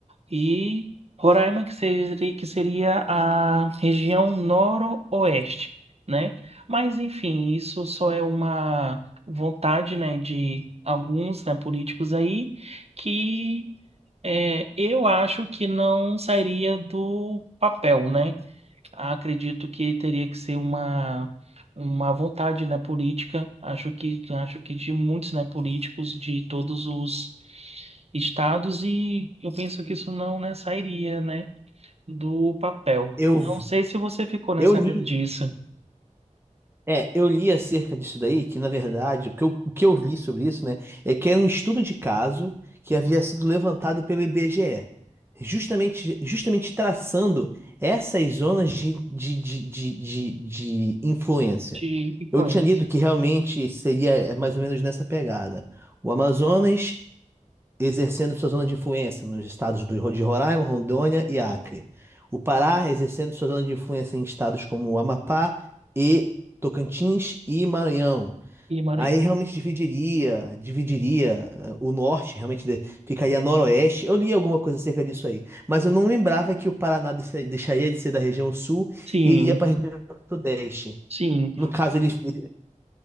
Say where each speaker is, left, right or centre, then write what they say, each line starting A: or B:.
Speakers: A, on the right; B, on the right.
A: e Roraima, que seria, que seria a região noroeste, né? Mas, enfim, isso só é uma vontade, né, de alguns, né, políticos aí, que é, eu acho que não sairia do papel, né? Acredito que teria que ser uma. Uma vontade, né, política, acho que acho que de muitos, né, políticos de todos os estados e eu penso que isso não, né, sairia, né, do papel.
B: eu,
A: Não sei se você ficou, né,
B: eu
A: sabendo
B: li.
A: disso,
B: É, eu li acerca disso daí, que na verdade, o que eu, o que eu li sobre isso, né, é que era um estudo de caso que havia sido levantado pelo IBGE, justamente, justamente traçando essas zonas de, de, de, de, de, de influência.
A: de influência
B: Eu tinha lido que realmente seria é, mais ou menos nessa pegada. O Amazonas exercendo sua zona de influência nos estados do- de Roraima, Rondônia e Acre. O Pará exercendo sua zona de influência em estados como o Amapá e Tocantins e Maranhão.
A: e Maranhão.
B: Aí realmente dividiria, dividiria eh, o norte, realmente de- ficaria noroeste. Eu li alguma coisa acerca disso aí, mas eu não lembrava que o Paraná deixa- deixaria de ser da região sul
A: Sim,
B: e iria para a região sudeste.
A: sim.
B: No caso, ele ele-